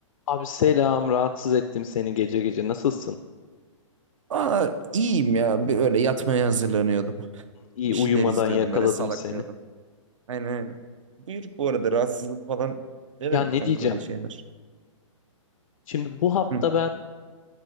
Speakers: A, on the left; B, on the right.
A: Abi selam, rahatsız ettim seni gece gece. Nasılsın?
B: Aa, iyiyim ya. Böyle yatmaya hazırlanıyordum.
A: İyi
B: Bir
A: uyumadan
B: şeyler izliyordum.
A: yakaladım
B: Böyle salaklıyordum.
A: seni.
B: Aynen aynen. Buyur bu arada rahatsızlık falan. Ne
A: Ya
B: demek
A: ne
B: kanka
A: diyeceğim?
B: öyle şeyler?
A: Şimdi bu hafta
B: Hı.
A: ben